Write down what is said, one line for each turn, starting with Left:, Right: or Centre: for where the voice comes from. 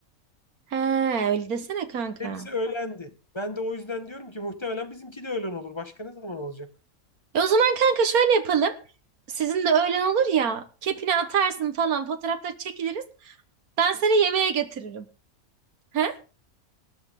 Right: Ha, öyle desene kanka.
Left: Hepsi öğlendi. Ben de o yüzden diyorum ki muhtemelen bizimki de öğlen olur. Başka ne zaman olacak?
Right: E o zaman kanka şöyle yapalım. Sizin de öğlen olur ya. Kepini atarsın falan fotoğrafları çekiliriz. Ben seni yemeğe götürürüm. He?